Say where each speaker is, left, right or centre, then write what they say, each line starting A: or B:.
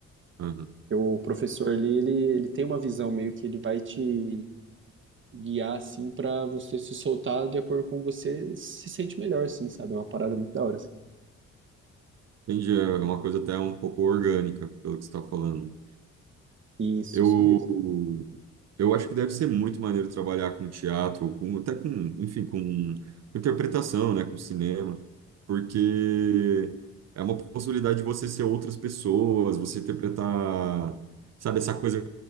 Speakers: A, on the right; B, on the right.
A: Aham.
B: Porque O professor ali, ele, ele tem uma visão meio que ele vai te guiar, assim, para você se soltar de acordo com você se sente melhor, assim, sabe? É uma parada muito da hora, assim.
A: Entendi, é uma coisa até um pouco orgânica, pelo que você está falando.
B: Isso,
A: Eu,
B: isso mesmo.
A: eu acho que deve ser muito maneiro trabalhar com teatro, ou com, até com, enfim, com interpretação, né, com cinema, porque é uma possibilidade de você ser outras pessoas, você interpretar, sabe, essa coisa